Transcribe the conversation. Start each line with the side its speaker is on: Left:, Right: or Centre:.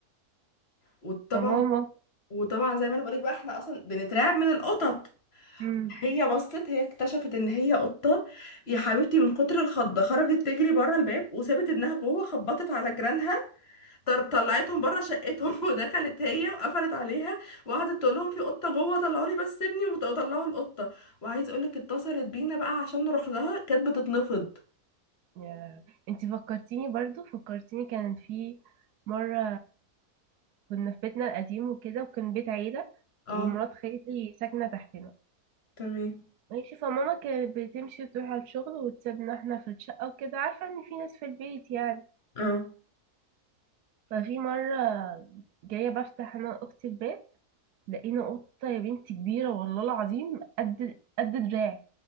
Left: وطبعا
Right: يا ماما
Left: وطبعا زي ما انا بقولك بقى احنا اصلا بنترعب من القطط
Right: مم.
Left: هي بصت هي اكتشفت ان هي قطه يا حبيبتي من كتر الخضه خرجت تجري بره الباب وسابت ابنها جوه خبطت على جيرانها طر- طلعتهم بره شقتهم <laughs> ودخلت هي وقفلت عليها وقعدت تقول لهم في قطه جوه طلعوا لي بس ابني وط- وطلعوا القطه وعايز اقول لك اتصلت بينا بقى عشان نروح لها كانت بتتنفض
Right: يا انتي فكرتيني برضو فكرتيني كان في مرة كنا في بيتنا القديم وكده وكان بيت عيلة
Left: اه
Right: ومرات خالي ساكنة تحتنا
Left: تمام
Right: ماشي فماما كانت بتمشي وتروح على الشغل وتسيبنا احنا في الشقة وكده عارفة ان في ناس في البيت يعني
Left: اه
Right: ففي مرة جاية بفتح انا واختي الباب لقينا قطة يا بنتي كبيرة والله العظيم قد قد دراعي